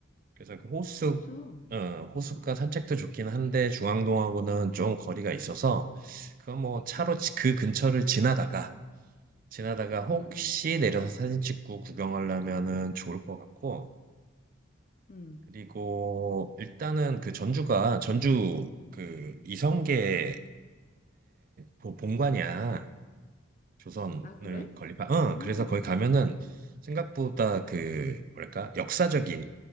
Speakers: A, on the right; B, on the left.
A: 그래서 그 호수,
B: 아, 호수.
A: 어, 호수가 산책도 좋긴 한데 중앙동하고는 좀 거리가 있어서 그건 뭐 차로
B: 음.
A: 지- 그 근처를 지나다가 지나다가 혹시
B: 음, 음.
A: 내려서 사진 찍고 구경하려면은 좋을 것 같고
B: 음.
A: 그리고 일단은 그 전주가 전주 그 이성계의 그 본관이야 조선을
B: 아, 그래?
A: 건립한 어
B: 음.
A: 그래서 거기 가면은 생각보다 그 뭐랄까 역사적인